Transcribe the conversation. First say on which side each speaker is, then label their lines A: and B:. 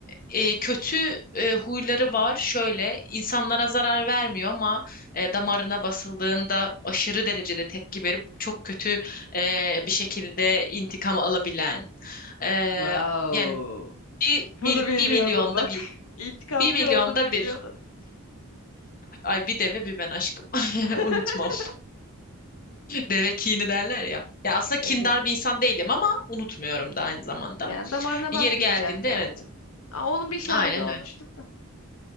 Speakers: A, on the left; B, on the left.
A: e, kötü e, huyları var. Şöyle insanlara zarar vermiyor ama e, damarına basıldığında aşırı derecede tepki verip çok kötü e, bir şekilde intikam alabilen. E,
B: Wow.
A: yani bir, mil,
B: Bunu bilmiyordum
A: bir milyonda
B: bak.
A: bir.
B: <laughs> İntikamcı
A: Bir milyonda
B: olduğunu bilmiyordum.
A: bir. Ay bir deve bir ben aşkım. <laughs>
B: <laughs>
A: Unutmam. Deve kini derler ya. Ya aslında
B: Evet.
A: kindar bir insan değilim ama unutmuyorum da aynı zamanda.
B: Yani damarına
A: Yeri
B: basmayacak
A: geldiğinde
B: yani.
A: evet.
B: Aa, onun bir şahidi
A: Aynen
B: olmuştum
A: öyle.
B: da.